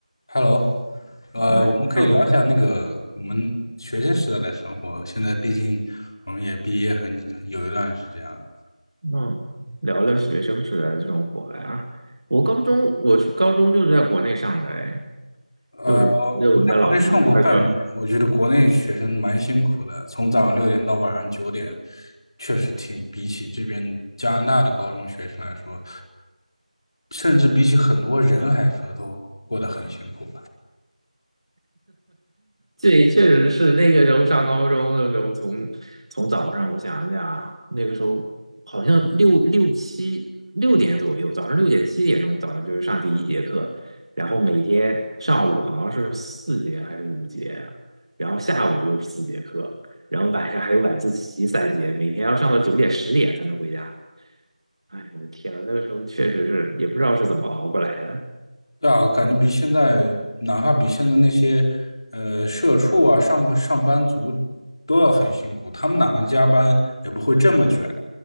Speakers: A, on the left; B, on the right.
A: Hello，呃，
B: 嗯那
A: 我们可以聊一下那个我们学生时代的生活。现在毕竟我们也毕业很有一段时间了。
B: 嗯，聊聊学生时代的这生活呀。我高中我是高中就是在国内上的，哎，
A: 呃，
B: 就是就我们在老家，
A: 我在国内上过半年，
B: 我们那儿叫
A: 我觉得国内学生蛮辛苦的，从早上六点到晚上九点，确实挺比起这边加拿大的高中学生来说，甚至比起很多人来说，都过得很辛苦。
B: 对，确实是那个时候上高中的时候从，从早上我想一下啊，那个时候好像六六七六点左右，早上六点七点钟早上就是上第一节课，然后每天上午好像是四节还是五节啊，然后下午又是四节课，然后晚上还有晚自习三节，每天要上到九点十点才能回家。哎，我的天呐，那个时候确实是也不知道是怎么熬过来的。
A: 对啊，我感觉比现在，哪怕比现在那些，呃，社畜啊、上上班族都要很辛苦。他们哪怕加班也不会这么卷，